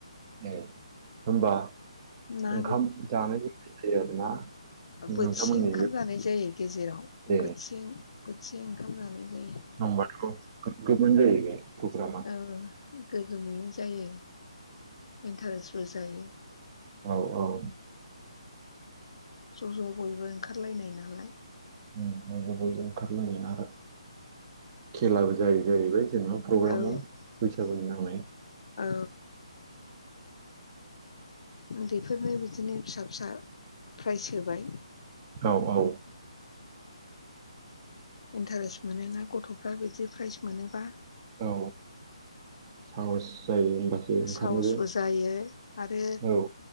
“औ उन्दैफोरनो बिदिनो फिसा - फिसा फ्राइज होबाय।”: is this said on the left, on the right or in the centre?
Left